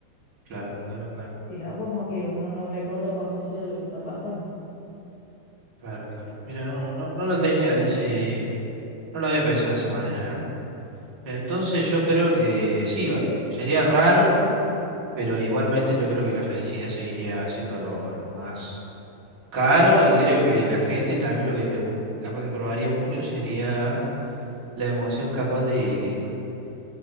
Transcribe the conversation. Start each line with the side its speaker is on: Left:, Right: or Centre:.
Right: claro, claro, claro,
Left: sino como que uno no recobra conciencia de lo que está pasando.
Right: claro, claro. Mira, no, no, no lo tenía de ese, no lo había pensado de esa manera, ¿eh? Entonces yo creo que sí, bueno, sería raro, pero igualmente yo creo que la felicidad seguiría siendo lo, lo más caro y creo que la gente también lo que le gu- capaz que probaría mucho sería la emoción capaz de